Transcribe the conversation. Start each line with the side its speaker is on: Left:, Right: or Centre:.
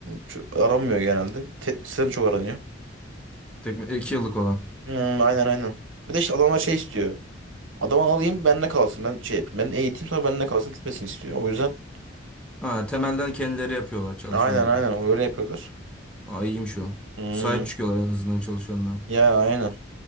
Right: çok aranmıyor genelde. Teknisyen çok aranıyor.
Centre: Tek, iki yıllık olan.
Right: Hmm, aynen aynen. Bir de işte adamlar şey istiyor. Adamı alayım benimle kalsın. Ben şey yapayım. Ben eğiteyim sonra benimle kalsın gitmesin istiyor. O yüzden
Centre: Ha, temelden kendileri yapıyorlar çalışanları.
Right: aynen aynen öyle yapıyorlar.
Centre: Aa, iyiymiş o.
Right: Hmm,
Centre: Sahip çıkıyorlar en azından çalışanına.
Right: yani aynen.